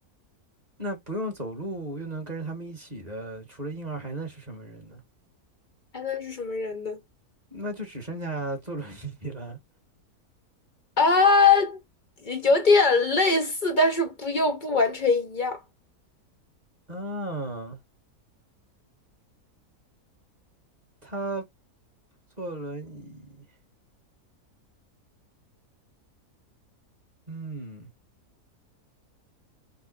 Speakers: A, on the right; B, on the left.
A: 那不用走路又能跟着他们一起的，除了婴儿还能是什么人呢？
B: 还能是什么人呢？
A: 那就只剩下坐轮椅了。
B: 啊，有点类似，但是不又不完全一样。
A: 啊，他坐轮椅，嗯，